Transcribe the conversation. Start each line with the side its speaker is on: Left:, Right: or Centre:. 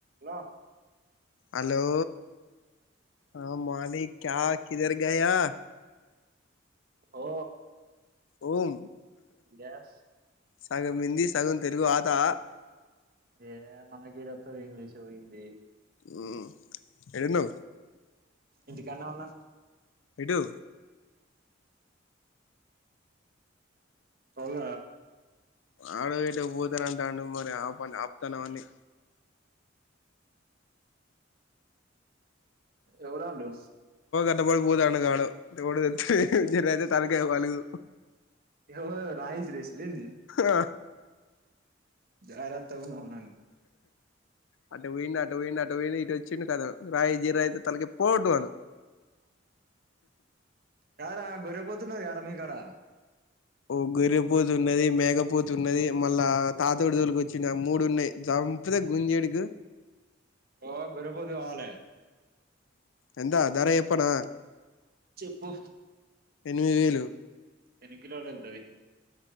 Right: లో
Left: హలో అ మాలిక్ క్య కిధర్ గయా
Right: ఓ
Left: ఉం
Right: గ్యాస్
Left: సగం హిందీ సగం తెలుగు ఆతా
Right: ఏ మనకేడ ఒత్తది ఇంగ్లీషు, హిందీ
Left: ఉమ్ ఏడున్నవ్
Right: ఇంటికాన్నే ఉన్నా
Left: ఏటు
Right: ఔల
Left: ఆడు ఎటో పోతానంటాండు మరి ఆపన్ ఆప్తాన వాన్నీ
Right: ఎవలాల్లు
Left: ట్ల వడి పోతాండు గాడు ఎవడో తెల్ జర్రైతే తల్కయ్ పలుగు
Right: ఏవో రాయిస్ రేసులేంది
Left: ఆ
Right: జాగ్రత్తగుండమన్
Left: అట్ట పౌండ్ అట్ట పౌండ్ అట్ట పౌండ్ ఇటు ఒచ్చిండు కతమ్ రాయి జీరైతే తలకి పోగొట్టుమను
Right: కాద్రా గొర్రెపోతున్నది గార మీకాడ
Left: ఓ గొర్రెపోతున్నది, మేకపోతున్నది మళ్ళా తాతోటి తొల్కోచ్చిన మూడున్నయి జంపుతే గుంజేడుకు
Right: ఓ గొర్రెపోతు గవాలె
Left: ఎంతా ధర ఎప్పనా
Right: చెప్పు
Left: ఎన్మిది వేలు
Right: ఎన్ని కిలోలెళ్తది